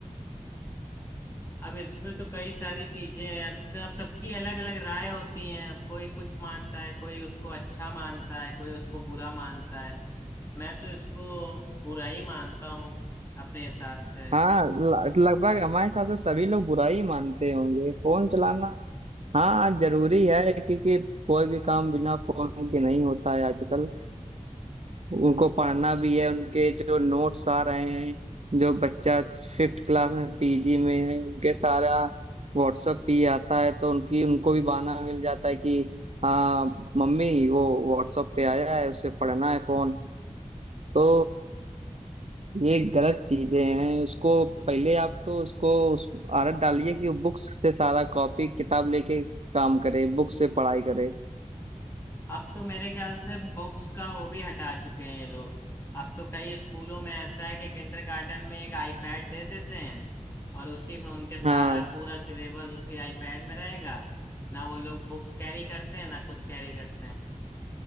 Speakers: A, on the left; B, on the right.
A: अब इसमें तो कई सारी चीजें हैं अब अब सबकी अलग अलग राय होती हैं कोई कुछ मानता है कोई उसको अच्छा मानता है कोई उसको बुरा मानता है मैं तो इसको बुरा ही मानता हूँ अपने हिसाब से
B: हाँ ल- लगभग हमारे हिसाब से सभी लोग बुरा ही मानते होंगे फोन चलाना हाँ जरूरी है क्योंकि कोई भी काम बिना फोन के नहीं होता है आजकल उनको पढ़ना भी है उनके जो नोट्स आ रहे हैं जो बच्चा फिफ्थ क्लास में पीजी में है उनके सारा व्हाट्सएप पे ही आता है तो उनकी उनको भी बहाना मिल जाता है कि हाँ मम्मी वो व्हाट्सएप पे आया है उसे पढ़ना है फोन तो ये गलत चीजें हैं उसको पहले आप तो उसको उस आदत डालिए कि वो बुक्स से सारा कॉपी किताब लेके काम करे बुक से पढ़ाई करे
A: अब तो मेरे ख्याल से बुक्स का वो भी हटा चुके हैं ये लोग अब तो कई स्कूलों में ऐसा है कि किंडरगार्टन में एक आईपैड दे देते हैं और उसी में उनके सारा
B: हाँ
A: पूरा सिलेबस उसी आईपैड में रहेगा ना वो लोग बुक्स कैरी करते हैं ना कुछ कैरी करते हैं